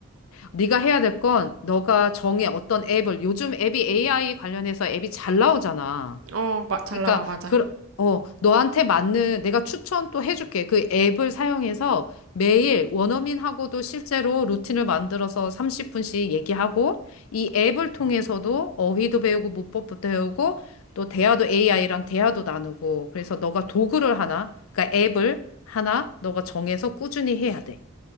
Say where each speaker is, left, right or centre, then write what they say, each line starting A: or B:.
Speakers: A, on the left; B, on the right.
A: 네가 해야 될 건 너가 정해 어떤 앱을 요즘 앱이 AI 관련해서 앱이 잘 나오잖아.
B: 어, 마- 잘
A: 그러니까
B: 나와, 맞아.
A: 그 어, 너한테 맞는 내가 추천 또 해줄게. 그 앱을 사용해서 매일 원어민하고도 실제로 루틴을 만들어서 30분씩 얘기하고 이 앱을 통해서도 어휘도 배우고 문법도 배우고 또 대화도 AI랑 대화도 나누고 그래서 너가 도구를 하나, 그러니까 앱을 하나 너가 정해서 꾸준히 해야 돼.